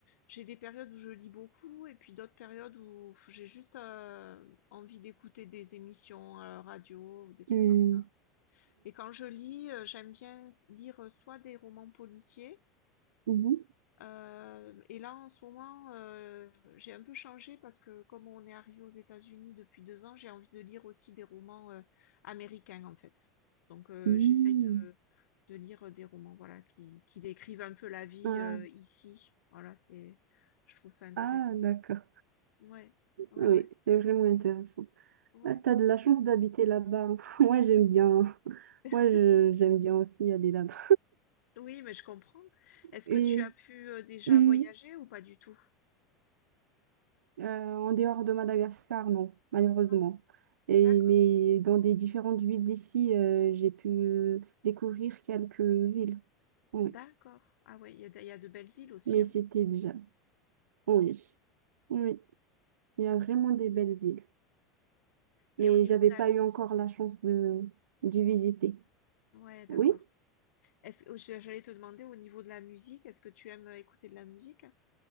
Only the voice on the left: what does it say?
j'ai des périodes où je lis beaucoup et puis d'autres périodes où j'ai juste euh, envie d'écouter des émissions à la radio ou des trucs
comme ça. Et quand je lis, euh, j'aime bien lire soit des romans policiers,
euh, et là, en ce moment, euh, j'ai un peu changé parce que comme on est arrivé aux États-Unis depuis deux ans, j'ai envie de lire aussi des romans euh, américains en fait. Donc, euh,
j'essaye de, de lire des romans, voilà, qui, qui décrivent un peu la vie
euh, ici. Voilà, c'est, je trouve ça intéressant.
Ouais, ouais,
ouais,
ouais.
<laughs>
Oui, mais je comprends. Est-ce
que tu as pu euh, déjà
voyager ou pas du tout?
Non?
D'accord.
D'accord. Ah ouais, il y a, de il y a de belles îles aussi,
hein.
Et
au niveau
de la
musique?
Ouais, d'accord.
Est-ce que j'a- j'allais te demander au niveau de la musique, est-ce que tu aimes euh, écouter de la musique?